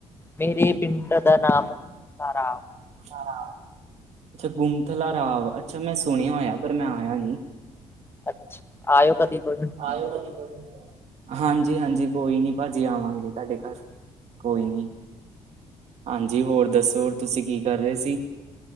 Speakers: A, on the left; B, on the right.
A: ਮੇਰੇ ਪਿੰਡ ਦਾ ਨਾਮ ਸਾਰਾ
B: ਛਾ ਅੱਛਾ ਗੁੰਮਥਲਾ ਰਾਵ ਅੱਛਾ ''ਮੈਂ ਸੁਣਿਆ ਹੋਇਆ, ਪਰ ਮੈਂ ਆਇਆ ਨੀ।
A: ਅੱਛਾ, ਆਇਓ ਕਦੀ ਕੋ
B: ਆਇਓ ਕਦੀ ਕਦੀ। ਹਾਂਜੀ-ਹਾਂਜੀ, ਕੋਈ ਨੀ ਭਾਜੀ ਆਵਾਂਗੇ ਤੁਹਾਡੇ ਘਰ, ਕੋਈ ਨੀ। ਹਾਂਜੀ‌ ਹੋਰ ਦੱਸੋ, ਤੁਸੀਂ ਕੀ ਕਰ ਰਹੇ ਸੀ?